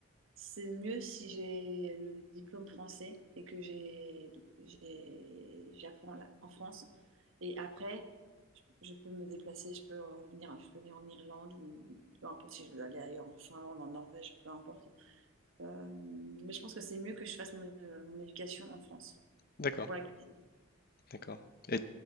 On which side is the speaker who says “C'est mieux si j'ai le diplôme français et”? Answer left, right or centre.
Right